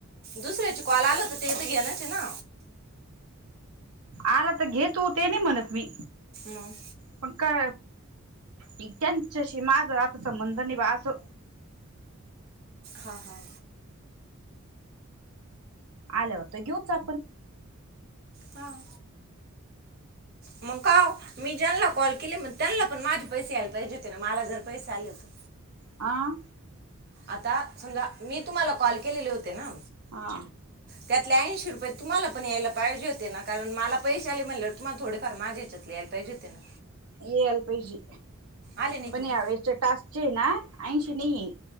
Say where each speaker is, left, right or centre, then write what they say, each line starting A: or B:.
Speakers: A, on the right (about 45°); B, on the right (about 85°).
A: दुसऱ्याच कॉल आल होत ते तर घेनाच ना,
B: आला तर घेतू ते नाही म्हणत मी,
A: मग,
B: पण का त्यांच्याशी माझ आता संबंध नाही बा असं
A: हा, हा!
B: आल्यावर तर घेऊच आपण,
A: हां! मग काव, मी ज्यांना कॉल केले मग त्यांना पण माझे पैसे आला पाहिजे होते ना मला जर पैसे आले होते.
B: आ,
A: आता समजा मी तुम्हाला कॉल केलेले होते ना!
B: हा!
A: त्यातले ऐंशी रुपये तुम्हाला प यायला पाहिजे होे ना, कारण मला पैसे आले म्हणाले तुमला थोडेफार माझेच. ल्याल्पई होते ना!
B: याला पाहिजे
A: आले नाहीत
B: पण
A: मग
B: यावेेळेसच्या टास्कचे आहे ना ऐंशी नाही आहे.